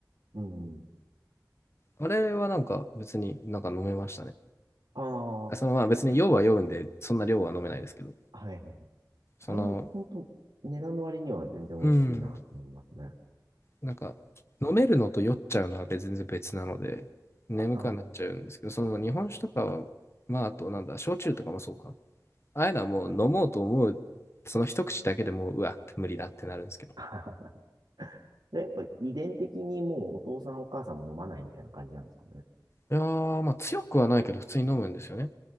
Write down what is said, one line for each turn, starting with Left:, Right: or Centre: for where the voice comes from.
Right: うん。
Left: あれはなんか別になんか飲めましたね。
Right: ああ、
Left: あ、そのまあ別に酔うは酔うんで、
Right: そうそうそう。
Left: そんな量は飲めないですけど、
Right: はいはい。あれ、
Left: その、
Right: 本当値段の割には全然美味しいなと思いますね。
Left: うん、なんか飲めるのと酔っちゃうのは別全然別なので、眠くはなっちゃうんですけど、
Right: ああ、は
Left: その日本酒とかは、まああとなんだ、焼酎とかもそうか。ああいうのはもう飲もうと思う、
Right: いはいはい。
Left: その一口だけでもう、うわ、無理だってなるんですけど。
Right: <laughs> やっぱ遺伝的にもうお父さんお母さんも飲まないみたいな感じなんですかね。
Left: いやー、まあ強くはないけど、普通に飲むんですよね。